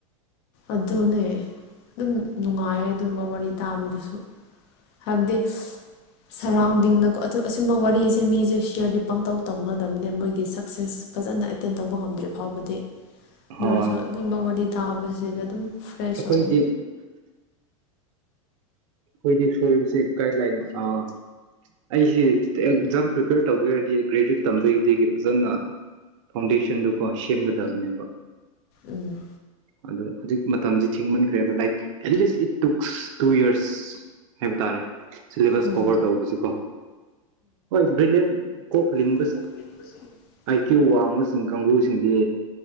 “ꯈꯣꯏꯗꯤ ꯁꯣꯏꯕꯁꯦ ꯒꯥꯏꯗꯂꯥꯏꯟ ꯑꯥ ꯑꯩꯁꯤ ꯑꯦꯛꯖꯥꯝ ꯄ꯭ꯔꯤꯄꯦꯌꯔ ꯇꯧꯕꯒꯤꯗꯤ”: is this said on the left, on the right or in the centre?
Right